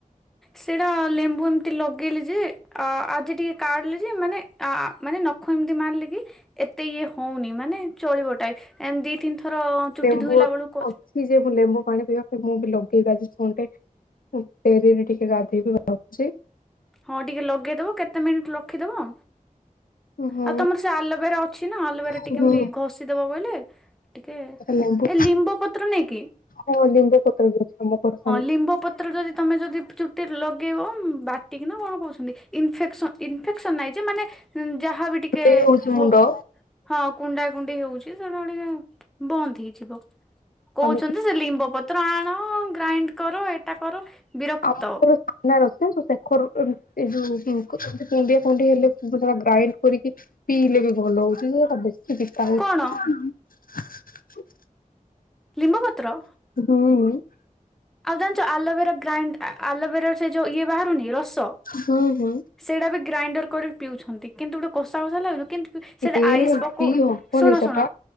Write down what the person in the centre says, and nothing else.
ସେଇଟା ଲେମ୍ବୁ ଏମତି ଲଗେଇଲି ଯେ ଆ ଆଜି ଟିକେ କାଡଲି ଯେ ମାନେ ଆ ମାନେ ନଖ ଏମିତି ମାର୍ ଲେ କି ଏତେ ୟେ ହଉନି ମାନେ ଚୋଳିବ ଟାଇପ୍ ଏମତି ଦୁଇ ତିନି ଥର ଚୁଟି
ଧୋଇଲା ବେଳକୁ
ହଁ ଟିକେ ଲଗେଇ ଦେବ କେତେ ମିନିଟ୍ ରଖିଦେବ।
ଆଉ ତମର ସେ ଆଲୋଭେରା ଅଛି ନା ଆଲୋଭେରା
ଟିକେ ଏମତି ଘୋଷିଦେବ ବୋଲେ ଟିକେ
ଏ ଲିମ୍ବ ପତ୍ର ନାଇକି?
ଲିମ୍ବ ପତ୍ର ଯଦି ତମେ ଯଦି ଚୁଟିରେ ଲଗେଇବ ବାଟି ବାଟିକି ନା କଣ କହୁଛନ୍ତି ଇନଫେକ୍ସନ ଇନଫେକ୍ସନ ନାଇ ଯେ ମାନେ ଯାହା <unintelligible> ଟିକେ
ହଉ। ହଁ କୁଣ୍ଡା କୁଣ୍ଡି ହେଉଛି ସେଟା ଟିକେ ବନ୍ଦ୍ ହେଇଯିବ। କହୁଛନ୍ତି
ସେ ଲିମ୍ବ ପତ୍ର ଆଣ ଗ୍ରାଇଣ୍ଡ କର ଏଇଟା କର। ବିରକ୍ତ
କଣ ଲିମ୍ବପତ୍ର।
ଆଉ ଜାଣିଛ ଆଲୋଭେରା ଗ୍ରାଇଣ୍ଡ ଆଲୋଭେରା ରୁ ସେ ଯୋଉ ଇଏ ବାହାରୁନି ରସ
ସେଇଟା ବି ଗ୍ରାଇଣ୍ଡର କରି ପିଉଛନ୍ତି କିନ୍ତୁ ଗୋଟେ କଷା କଷା ଲାଗୁଛି କିନ୍ତୁ ସେଇଟା
ଆଇସ ପୋକଉ
ଶୁଣ
ଶୁଣ